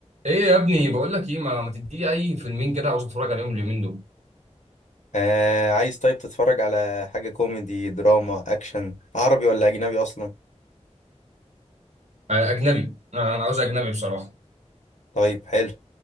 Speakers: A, on the right; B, on the left.
A: ايه يا ابني بقول لك ايه ما, ما تديلي اي فيلمين كده عاوز اتفرج عليهم اليومين دول
B: آه عايز طيب تتفرج على حاجة كوميدي دراما أكشن عربي ولا أجنبي أصلا
A: آه، اجنبي انا أنا عاوز اجنبي بصراحه
B: طيب حلو